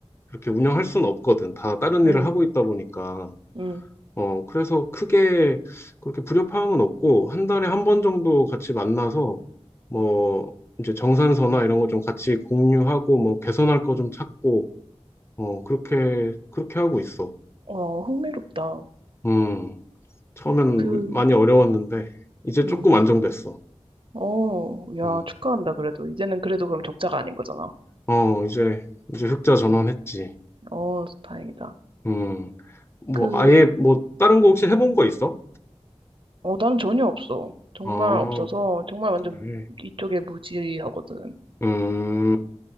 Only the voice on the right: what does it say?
음,
음.
어, 흥미롭다.
그,
음.
어, 야,
축하한다, 그래도. 이제는 그래도 그럼 적자가 아닌 거잖아.
어, 다행이다.
그,
어, 나는 전혀 없어. 정말
없어서, 정말 완전
이쪽에 무지하거든.